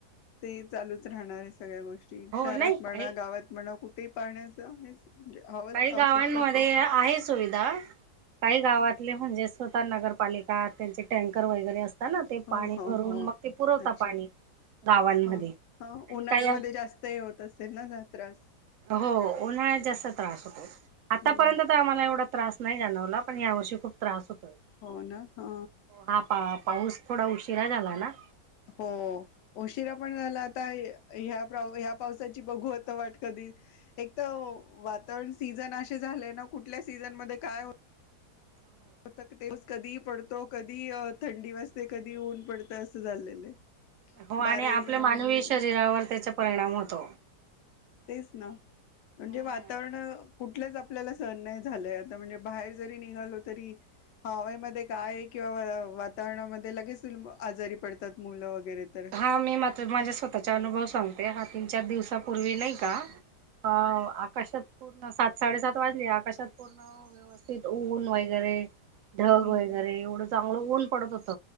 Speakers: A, on the left; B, on the right.
A: ते चालूच राहणार आहे सगळ्या गोष्टी
B: हो
A: शहरात
B: नाही
A: म्हणा
B: काही
A: गावात म्हणा कुठे पाण्याचं आहे. म्हणजे हवच
B: काही
A: आवश्यकताच
B: गावांमध्ये
A: आहे.
B: आहे सुविधा काही गावातले म्हणजे स्वतः नगर पालिका त्यांचे टँकर वगैरे असतात ना ते
A: हो
B: पाणी
A: हो
B: भरून
A: हो
B: मग ते पुरवता
A: अच्छा
B: पाणी गावांमध्ये
A: हा हा
B: आणि
A: उन्हाळ्यामध्ये
B: काही
A: जास्त हे होत असेल ना त्रास
B: हो उन्हाळ जास्त त्रास होतो आतापर्यंत
A: हम्म
B: तर आम्हाला एवढा त्रास नाही जाणवला पण या वर्षी खूप त्रास होतोय.
A: हो ना ह.
B: हा पा पाऊस थोडा उशिरा झाला ना
A: हो उशिरा पण झाला आता ह्या ह्या पावसाची बघू आता वाट कधी एक तर वातावरण सीझन असे झालंय ना कुठल्या सीझनमध्येध्ये काय? हो तेस कधी पडतो कधी थंडी वाजते कधी ऊन पडतं असं झाचाललेलं आहे.
B: हो
A: बाराही
B: आणि आपल्या
A: महिने
B: मानवी शरीरावर त्याचा परिणाम होतो.
A: तेच ना.
B: हम्म
A: म्हणजे वातावरण- कुठलच आपल्याला सहन नाही झालय आता. म्हणजे बाहेर जरी निघालो तरी- हवेमध्ये काय किंवा वातावरणामध्ये लगेच आजारी पडतात मुलं वगैरे तर.
B: हा. मी <unintelligible> माझ्या स्वतःचा अनुभव सांगते. हा तीन चार दिवसापूर्वी नाही का? हा. आकाशात- पूर्ण. सात साडेसात वाजले. आकाशात पूर्ण व्यवस्थित ऊन वगैरे- ढग
A: हम्म
B: वगैरे. एवढं चांगल ऊन पडत होत.